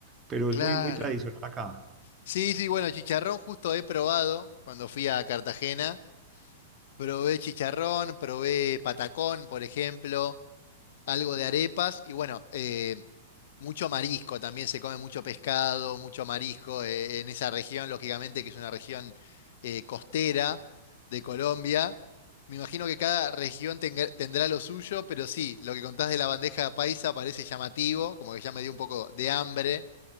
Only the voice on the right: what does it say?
pero
es muy, muy tradicional acá.